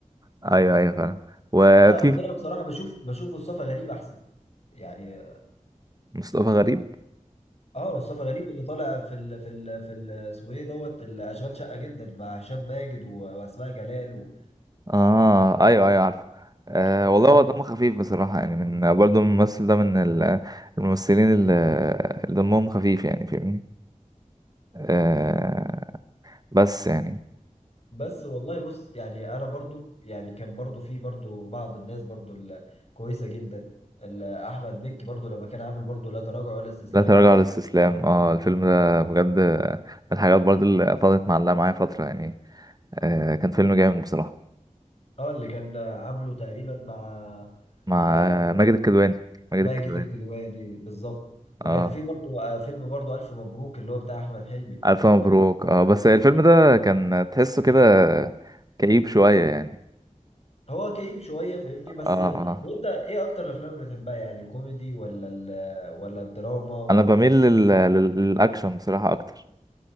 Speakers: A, on the right; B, on the left.
A: آه، ايوه ايوه فعلا وفي
B: لا بس انا بصراحه بشوف بشوف مصطفى غريب احسن يعني
A: مصطفى غريب
B: اه مصطفى غريب اللي طالع في ال في ال في ال- اسمه ايه دوت الاشغال شقه جدا مع هشام ماجد و- واسماء جلال
A: اه ايوه ايوه عارفه آه
B: والبنات
A: والله هو دمه خفيف بصراحه يعني من برضه الممثل ده من ال- الممثلين اللي اللي دمهم خفيف يعني فاهمني آه بس يعني
B: بس والله بص يعني انا برضو يعني كان برضو في برضو بعض الناس برضو الكويسه جدا ال- احمد مكي برضو لما كان عامل برضو لا تراجع ولا استسلام
A: لا تراجع
B: مع
A: ولا استسلام اه الفيلم ده بجد من الحاجات برضه اللي فضلت معلقه معايا فتره يعني آه كان فيلم جامد بصراحه
B: اه اللي كان عامله تقريبا مع
A: مع
B: آه،
A: ماجد الكدواني ماجد
B: ماجد
A: الكدواني
B: الكدواني بالظبط وكان
A: اه
B: في برضو آه، فيلم برضو الف مبروك اللي هو بتاع احمد حلمي
A: الف
B: لما
A: مبروك
B: كان-
A: اه بس الفيلم ده كان تحسه كده كئيب شويه يعني
B: هو كئيب شويه فاهمني بس
A: اه اه
B: ال... وانت ايه اكتر الافلام اللي بتحبها يعني الكوميدي ولا ال... ولا الدراما ولا
A: انا بميل
B: ال...
A: لل... لل- للاكشن بصراحه اكتر